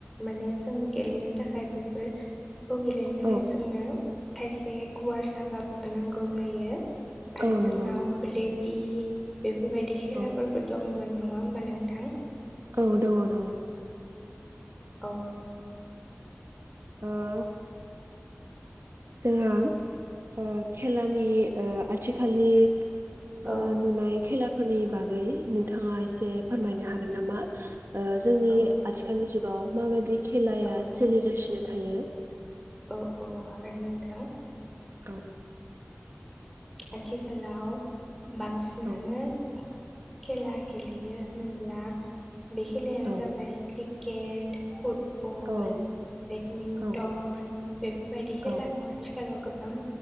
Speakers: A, in the centre; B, on the right (about 65°).
A: माने जोङो गेलेनो थाखाय बेफोर खौ गेलेनो थाखाय
B: औ
A: जोंनो खायसे गुवार जागा नांगौ जायो। आरो
B: औ
A: जोंनाव
B: नंगौ नोंथां
A: रेदि बेफोरबायदि खेला
B: औ
A: दंमोन नङा होमबा नोंथां।
B: औ दङ दङ।
A: औ
B: ओ जोङो ओ खेलानि ओ आथिखालनि ओ
A: औ
B: नुनाय खेला फोरनि बागै नोंथाङा एसे फोरमायनो हागोन नामा? <unintelligible> ओ जोंनि
A: औ
B: आथिखालनि जुगाव माबादि खेलाया
A: औ
B: सोलिगासिनो थायो?
A: औ औ हागोन नोंथां।
B: औ।
A: आथिखालाव बांसिनानो
B: औ
A: खेला गेलेयो होनोब्ला बे खेलायानो
B: औ
A: जाबाय क्रि केट फुट बल
B: औ
A: बेडमिन्टन
B: औ
A: बेफोरबायदि खेलाखौ
B: औ
A: आथिखालाव गो गोबां